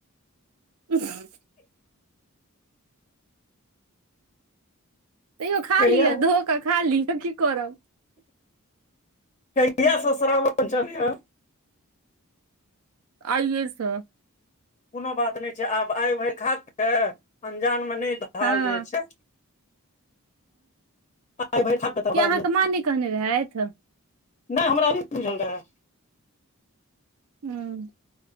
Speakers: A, on the right; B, on the left.
A: <unintelligible> तैयो खा
B: कहिया
A: लिअ धो क खा लिअ की करब?
B: कहिया सं श्रावण चढ़लैया?
A: आइए सं।
B: कोनो बात नै छै, आब आइ भरि खाके अनजानमे नै धारल
A: हँ
B: जाइ छै। आइ भैर खा तकर
A: के अहाँके
B: बाद नै
A: माँ नहि कहने रहथि
B: नै हमरा नै बुझल रहा।
A: हुं